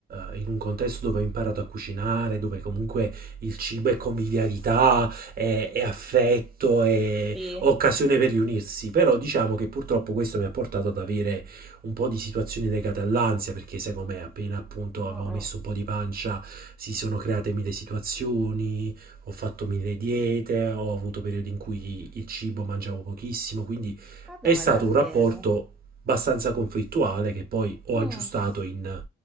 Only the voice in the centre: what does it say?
sì.
Mm,
mm.
Ah
dai,
davvero?
Mm,